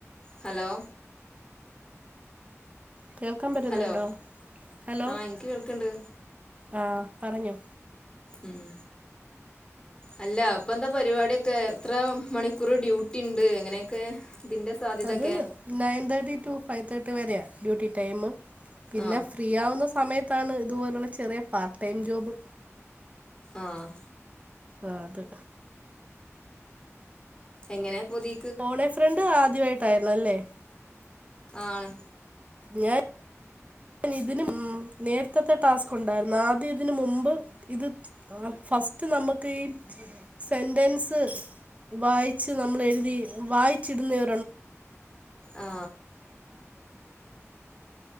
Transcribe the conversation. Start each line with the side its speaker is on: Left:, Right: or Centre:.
Left: ഹലോ
Right: കേൾക്കാൻ പറ്റുന്നുണ്ടോ
Left: ഹലോ
Right: ഹലോ
Left: ആ എനിക്ക് കേൾക്കണ്ട്
Right: ആ പറഞ്ഞോ
Left: ഉം അല്ല അപ്പ എന്താ പരിപാടിയോക്കെ എത്ര മണിക്കൂർ ഡ്യൂട്ടി ഇണ്ട് എങ്ങനെയൊക്കെ ഇതിന്റെ സാധ്യതയൊക്കെ
Right: അത് nine thirty to five thirty വരെയാ ഡ്യൂട്ടി ടൈം പിന്നെ
Left: ആ
Right: ഫ്രീ ആവുന്ന സമയത്താണ് ഇതുപോലുള്ള ചെറിയ പാർട്ട് ടൈം ജോബ്
Left: ആഹ്
Right: ആഹ് അത്
Left: എങ്ങനെയാ പൂതി
Right: !!!!!!!!!!
Left: ആണ്
Right: ഞാൻ !!!!!!!!!! ആ ഫസ്റ്റ് നമുക്ക് ഈ സെന്റൻസ് !!!!!!!!!!!!!!!!!!!!
Left: ആ